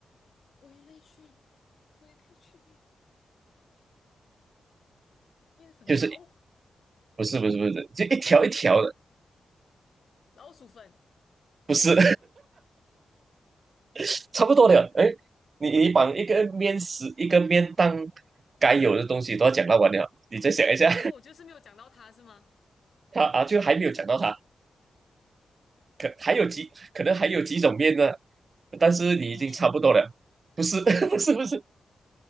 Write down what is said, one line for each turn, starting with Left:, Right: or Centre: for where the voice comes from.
Left: 微类去微类去面面粉糕，
Right: 就是不是不是不是，就一条一条的，
Left: 老鼠粉。
Right: 不是 <laughs> 差不多的。哎，你你把一个面食一个面当该有的东西都要讲到完了，你再想一下，
Left: 然后我就是没有讲到它是吗？
Right: <laughs> 他啊就还没有讲到他。可还有几可能还有几种面呢，但是你已经差不多了，
Left: 意面，
Right: 不是 <laughs> 不是不是，